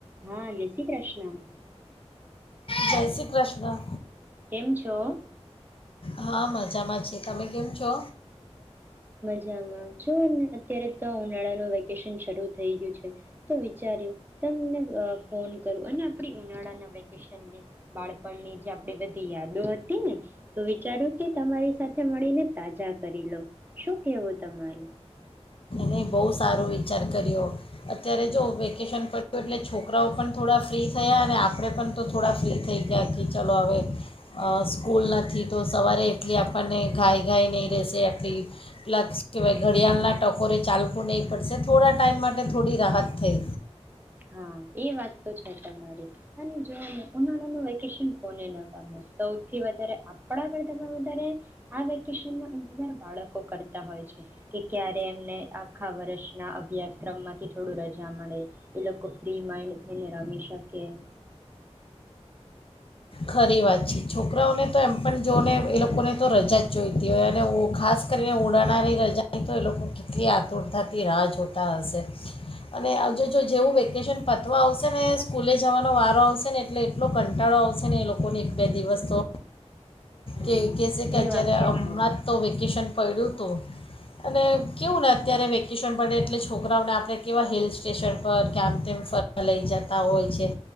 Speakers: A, on the right; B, on the left.
A: હા જય શ્રી કૃષ્ણ.
B: જય શ્રી કૃષ્ણ.
A: કેમ છો?
B: હા મજ જામાં છે, તમે કેમ છો?
A: જામાં જોને અત્યારે તો ઉનાળાનું વેકેશન શરૂ થઈ ગયું છે તો વિચાર્યું તમને ફોન કરું અને આપડી ઉનાળાના વેકેશન બાળપણની જે આપણી બધી યાદો હતી ને, તો વિચાર્યું કે તમારી સાથે મળીને તાજા કરી લો શું કેવું તમારું?
B: નઈ બહુ સારું વિચાર કર્યો અત્યારે જો વેકેશન પડ્યું એટલે છોકરાઓ પણ થોડા ફ્રી થયા અને આપણે પણ તો થોડા ફ્રી થઈ ગયા કે ચલો હવે અ સ્કૂલ નથી તો સવારે એટલી આપણને ઘાય ઘાય નહીં રહેશે આટલી પ્લસ કહેવાય ઘડિયાળના ટકોરે ચાલવું નહીં પડશે થોડા ટાઈમ માટે થોડી રાહત થઈ
A: હા એ વાત તો છે તમારી અને જો ઉનાળાનું વેકેશન કોને ન ગમે સૌથી વધારે આપણા કરતા તો વધારે આ વેકેશન નો જાર બાળકો કરતા હોય છે કે ક્યારે એમને આખા વરશ ના અભ્યાસક્રમમાંથી થોડું રજા મળે. એ લોકો ફ્રી માઈન્ડ થઈને રમી શકે.
B: ખરી વાત છે છોકરાઓને તો એમ પણ જો ને એ લોકોને તો રજા જ જોઈતી હોય અને ઉ ખાસ કરીને ઉનાળાની રજાની તો એ લોકો કેટલી આતુરતાથી રાહ જોતા હશે અને આવ જો જો જેવું વેકેશન પતવા આવશે ને સ્કૂલે જવાનો વારો આવશે ને એટલે એટલો કંટાળો આવશે. છે ને એ લોકો ને એક બે દિવસ તો
A: હમ
B: એક. કેસ કરલ્ચર
A: એ વાત તો
B: હમણાં
A: ખરી
B: જ તો વેકેશન પૈડુ તું અને કેવું ને અત્યારે વેકેશન પડે એટલે છોકરાઓને આપણે કેવા હિલ સ્ટેશન પર કે આમ તેમ ફરવા લઈ જતા હોય છે